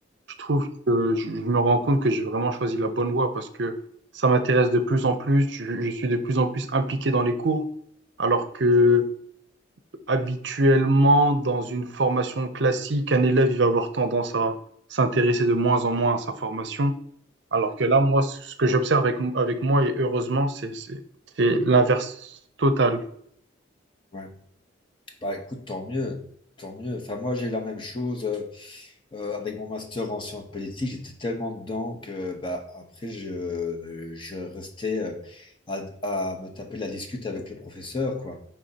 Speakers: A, on the right (about 65°); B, on the left (about 25°).
A: je trouve que je, je me rends compte que j'ai vraiment choisi la bonne voie parce que ça m'intéresse de plus en plus. Je, je suis de plus en plus impliqué dans les cours, alors que habituellement, dans une formation classique, un élève, il va avoir tendance à s'intéresser de moins en moins à sa formation. Alors que là, moi, ce ce que j'observe avec, avec moi, et heureusement, c'est, c'est, c'est l'inverse total.
B: Ouais. Bah écoute, tant mieux, tant mieux. Enfin, moi, j'ai eu la même chose euh, euh, avec mon master en sciences politiques. J'étais tellement dedans que bah, après, je, je restais euh, à, à me taper la discute avec le professeur, quoi.